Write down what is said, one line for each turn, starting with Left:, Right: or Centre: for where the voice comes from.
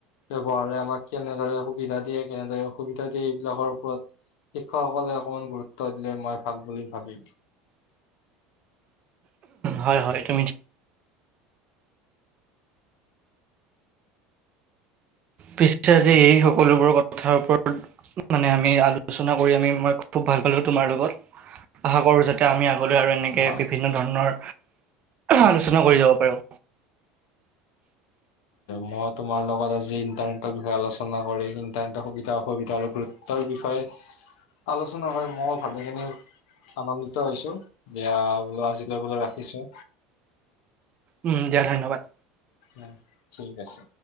Left: ব্যৱহাৰ আমাক কেনেদৰে সুবিধা দিয়ে কেনেদৰে অসুবিধা দিয়ে এইবিলাকৰ ওপৰত শিক্ষকসকলে অকমান গুৰুত্ব দিলে মই ভাল বুলি ভাবিম।
Right: হয় হয় তুমি পিছে যে এই হ সকলোবোৰ কথাৰ ওপৰত মানে আমি আলোচনা কৰি আমি মই খুব ভাল পালো তোমাৰ লগত। আশা কৰোঁ যাতে আমি আগলৈ আৰু এনেকে
Left: হয়
Right: বিভিন্ন ধৰণৰ আলোচনা কৰি যাব পাৰোঁ।
Left: মই তোমাৰ লগত আজি ইন্টাৰনেটৰ বিষয়ে আলোচনা কৰি ইন্টাৰনেটৰ সুবিধা অসুবিধা আৰু গুৰুত্বৰ বিষয়ে আলোচনা কৰি মই ভালেখিনি আনন্দিত হৈছো এৱা লবলৈ ৰাখিছোঁ।
Right: উম দিয়া ধন্যবাদ।
Left: উ ঠিক আছে।